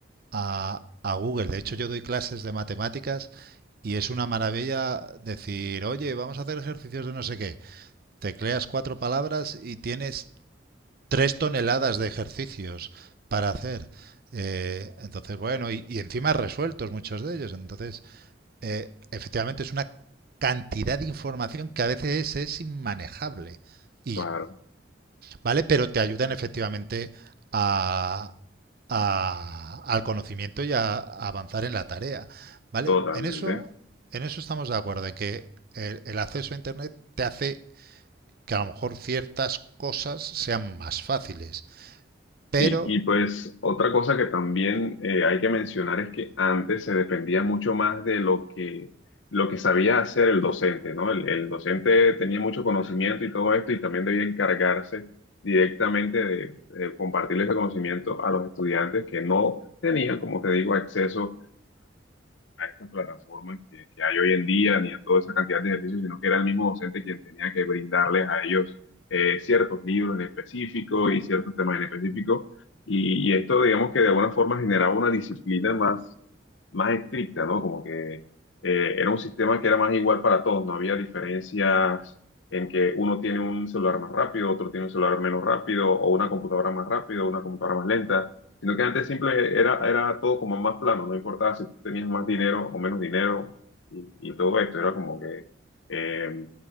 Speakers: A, on the right; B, on the left.
A: a, a Google. De hecho, yo doy clases de matemáticas y es una maravilla decir, oye, vamos a hacer ejercicios de no sé qué. Tecleas cuatro palabras y tienes tres toneladas de ejercicios para hacer. Eh, entonces, bueno, y, y, encima resueltos muchos de ellos. Entonces, eh, efectivamente es una cantidad de información que a veces es inmanejable. Y,
B: Claro,
A: ¿Vale? Pero te ayudan efectivamente a, a, al conocimiento y a, a, avanzar en la tarea. ¿Vale?
B: totalmente.
A: En eso, en eso estamos de acuerdo, en que el, el acceso a Internet te hace que a lo mejor ciertas cosas sean más fáciles. Pero,
B: Sí, y pues otra cosa que también eh, hay que mencionar es que antes se dependía mucho más de lo que, lo que sabía hacer el docente, ¿no? El, el docente tenía mucho conocimiento y todo esto y también debía encargarse directamente de, de compartir ese conocimiento a los estudiantes que no tenían, como te digo, acceso a estas plataformas que, que hay hoy en día, ni a toda esa cantidad de ejercicios, sino que era el mismo docente quien tenía que brindarles a ellos eh, ciertos libros en específico y ciertos temas en específico. Y, y esto, digamos que de alguna forma generaba una disciplina más, más estricta, ¿no? Como que eh, era un sistema que era más igual para todos, no había diferencias en que uno tiene un celular más rápido, otro tiene un celular menos rápido, o una computadora más rápido, una computadora más lenta sino que antes simple era, era todo como más plano, no importaba si tú tenías más dinero o menos dinero y, y todo esto, era como que eh,